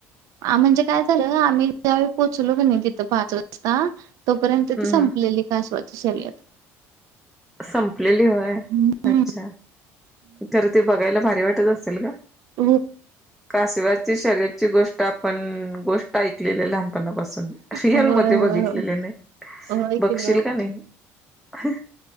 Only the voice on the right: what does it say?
म्हणजे काय झालं आम्ही ज्यावेळी पोहोचलो
क नाही तिथं पाच वाजता तोपर्यंत त संपलेली
कासवाची शर्यत
हम्म
व
होय
होय
होय. होय की
होय.